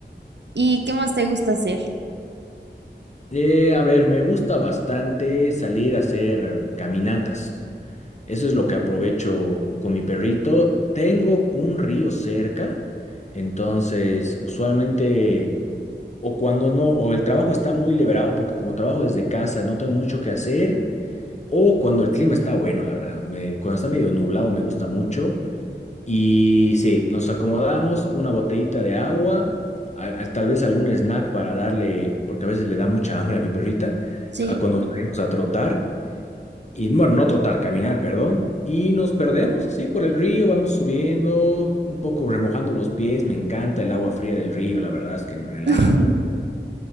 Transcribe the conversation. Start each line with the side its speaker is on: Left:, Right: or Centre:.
Right: ¿Y qué más te gusta hacer?
Left: Eh, a ver, me gusta bastante salir a hacer caminatas. Eso es lo que aprovecho con mi perrito. Tengo un río cerca, entonces usualmente o cuando no, o el trabajo está muy liberado porque como trabajo desde casa no tengo mucho que hacer, o cuando el clima está bueno, la verdad. Me- cuando está medio nublado me gusta mucho. Y sí, nos acomodamos una botellita de agua, al- al- tal vez algún snack para darle, porque a veces le da mucha hambre a mi perrita,
Right: sí.
Left: a cuando salimos a trotar, y bueno, no trotar, caminar, perdón, y nos perdemos así por el río, vamos subiendo, un poco remojando los pies, me encanta el agua fría del río, la verdad es que me relaja
Right: <laughs>
Left: mucho.